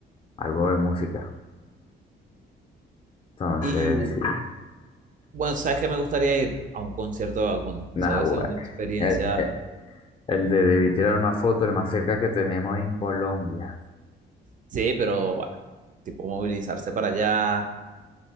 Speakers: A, on the left; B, on the right.
A: algo de música. Entonces,
B: Y
A: sí,
B: bueno, ¿sabes qué me gustaría ir? A un concierto de Bad Bunny.
A: nah
B: Eso debe
A: bueno.
B: ser una experiencia,
A: El, el, el de debí tirar más fotos, el más cerca que tenemos en Colombia.
B: sí, pero bueno, tipo movilizarse para allá